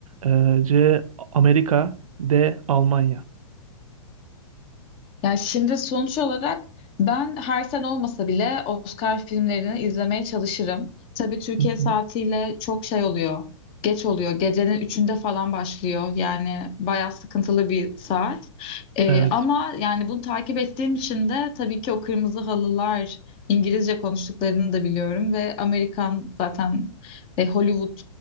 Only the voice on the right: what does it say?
e, C. Amerika D. Almanya
Hı
hı.
Evet.